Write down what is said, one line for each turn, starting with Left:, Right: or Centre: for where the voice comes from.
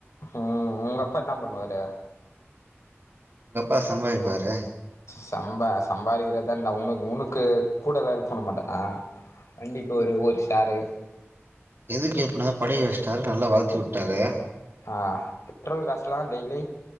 Left: ம் ம் உங்க அப்பா என்ன பண்ணுவாரு
Right: எங்கப்பா சம்பாரிப்பாரு
Left: சம்பா சம்பாதிக்கிறதான் உன உனக்கு கூடலாம் ஹெல்ப் பண்ண மாட்டாரா வண்டிக்கு ஒரு ஒரு ஷேரு
Right: எதுக்கு ஹெல்ப்பணு படிக்க வச்சுடாரு நல்லா வளத்து வுட்டாரு
Left: ஆ பெட்ரோல் காஸ்ல்லாம் டெய்லி